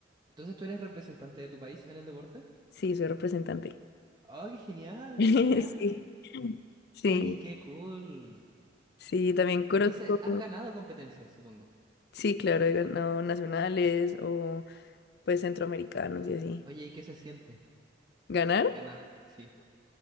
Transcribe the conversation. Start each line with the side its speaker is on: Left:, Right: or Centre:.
Right: Entonces tú eres representante de tu país en el deporte.
Left: Sí, soy representante.
Right: ¡Oh, qué genial,
Left: <laughs>
Right: genial!
Left: Sí, sí,
Right: Oye, qué cool.
Left: sí, también conozco.
Right: Pero entonces has ganado competencias, supongo.
Left: Sí, claro, he ganado nacionales o pues centroamericanos y así.
Right: Oye, ¿y qué se siente
Left: ¿Ganar?
Right: ganar? Sí.